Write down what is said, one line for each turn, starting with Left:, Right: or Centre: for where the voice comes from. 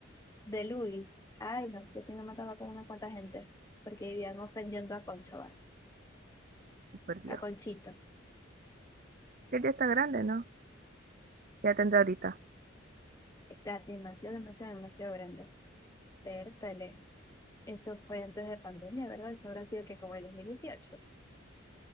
Left: De Luis. Ay, no, yo sí me mataba con una cuanta gente, porque vivían ofendiendo a Concho, ¿vale?
Right: por Dios.
Left: A Conchito.
Right: Él ya está grande, ¿no? Ya tendrá ahorita.
Left: La animación demasiado, demasiado grande. Vértale. Eso fue antes de pandemia, ¿verdad? Eso habrá sido que como el 2018.